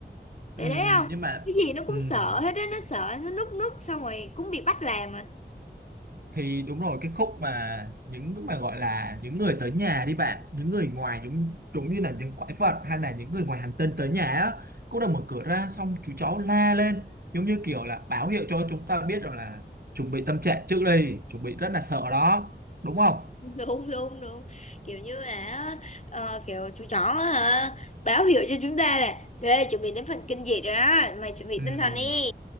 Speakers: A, on the right (about 55°); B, on the left (about 40°).
A: Ừm,
B: phải đấy không
A: nhưng mà
B: cái gì nó cũng
A: ừm,
B: sợ hết á nó sợ nó núp núp xong rồi cũng bị bắt làm à
A: thì đúng rồi cái khúc mà những cái mà gọi là những người tới nhà đi bạn những người ngoài giống giống như là những quái vật hay là những người ngoài hành tinh tới nhà á cô đã mở cửa ra xong chú cháu la lên giống như kiểu là báo hiệu cho chúng ta biết rằng là chuẩn bị tâm trạng trước đi chuẩn bị rất là sợ đó đúng không
B: <laughs> đúng đúng đúng kiểu như là ờ, kiểu chú chó hả báo hiệu cho chúng ta là Ê, chuẩn bị đến phần kinh dị rồi đó mày chuẩn bị
A: ừ
B: tinh thần đi